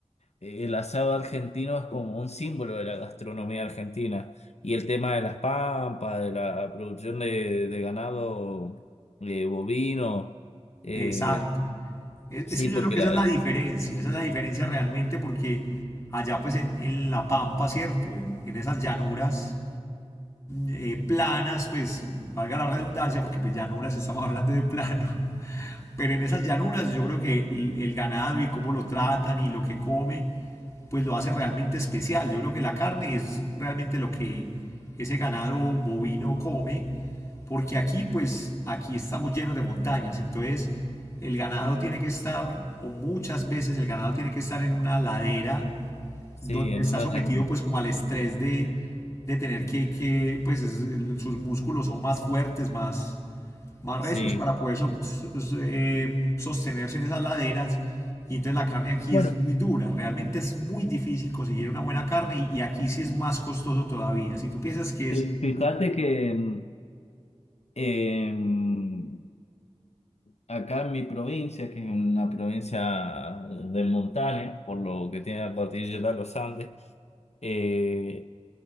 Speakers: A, on the left; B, on the left.
A: El asado argentino es como un símbolo de la gastronomía argentina. Y el tema de las pampas, de la producción de, de ganado eh, bovino. eh,
B: Exacto. Es,
A: sí,
B: es que yo
A: porque
B: creo que
A: la,
B: esa es la
A: el-
B: diferencia, esa es la diferencia realmente porque allá pues en, en La Pampa, ¿cierto? En, en esas llanuras eh, planas, pues valga la redundancia, porque pues llanuras estamos hablando de plano, pero en esas llanuras yo creo que el, el ganado y cómo lo tratan y lo que come, pues lo hace realmente especial. Yo creo que la carne es realmente lo que ese ganado bovino come, porque aquí pues aquí estamos llenos de montañas, entonces el ganado tiene que estar, o muchas veces el ganado tiene que estar en una ladera
A: sí,
B: donde
A: en
B: está
A: una
B: sometido
A: llanura.
B: pues como al estrés de, de tener que, que pues es- el- sus músculos son más fuertes, más, más
A: Sí.
B: recios para poder so- so- so- eh, sostenerse en esas laderas. Y entonces la carne aquí
A: Bueno,
B: es muy dura, realmente es muy difícil conseguir una buena carne y, y aquí sí es más costoso todavía. Si tú piensas que
A: fi-
B: es
A: fíjate que mm, em, acá en mi provincia, que es una provincia de montaña, por lo que tiene la cordillera de los Andes, eh,